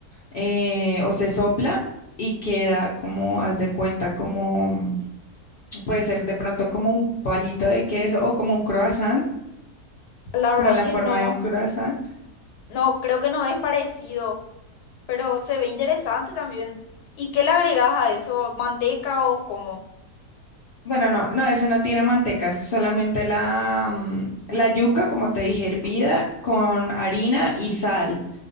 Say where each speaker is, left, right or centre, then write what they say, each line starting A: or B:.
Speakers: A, on the left; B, on the left.
A: eh, o se sopla y queda como, haz de cuenta, como mm, puede ser de pronto como un palito de queso o como un croissant,
B: La verdad
A: como la
B: que
A: forma
B: no,
A: de un croissant.
B: no, creo que no es parecido, pero se ve interesante también. ¿Y qué le agregas a eso? ¿Manteca o cómo?
A: Bueno, no, no, ese no tiene manteca, es solamente la, mm, la yuca, como te dije, hervida con harina y sal.